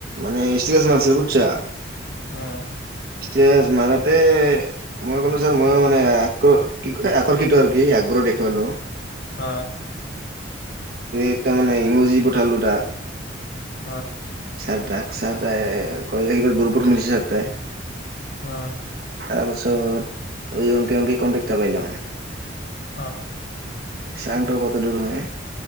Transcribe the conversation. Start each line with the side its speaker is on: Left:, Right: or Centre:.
Right: মানে <unintelligible> মাৰছিল বুছা।
Left: অঁ।
Right: ই মাৰতে মই কলো ছাৰ মইও মানে আ কি কয় আকৰ্ষিত আৰু কি আগ্ৰহ দেখুৱালো
Left: অহ
Right: একটা মানে ইমজি ঠালো তাক
Left: অ
Right: ছাৰ তাক ছাৰ তাই কৈ কিবাৰ গুৰুপথ মছে ছাৰ তাই
Left: আহ
Right: তাৰপাছত ঐ অংক অংক কনটেকটা পাইল
Left: অ
Right: চাংটো কত দূৰ হয়